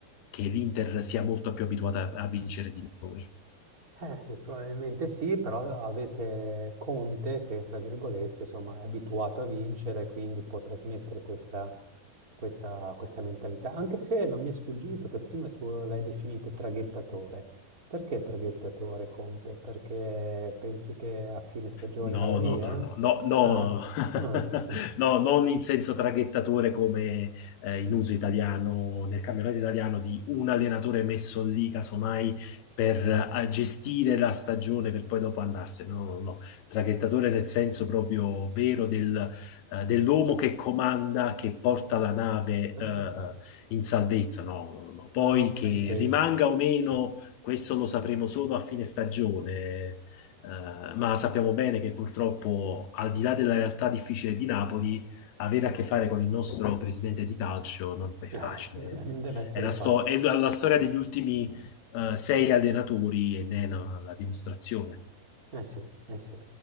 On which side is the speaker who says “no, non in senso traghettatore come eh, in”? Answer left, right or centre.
Left